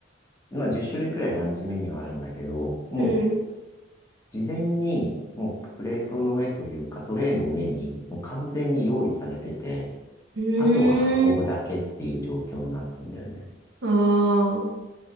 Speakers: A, on the left; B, on the right.
A: まあ10種類くらいランチメニューあるんだけど、もう
B: うん。
A: 事前に、もうプレートの上というか、トレイの上に、もう完全に用意されてて、
B: うーん。
A: あとは運ぶだけっていう状況になってんだよね。
B: ああ。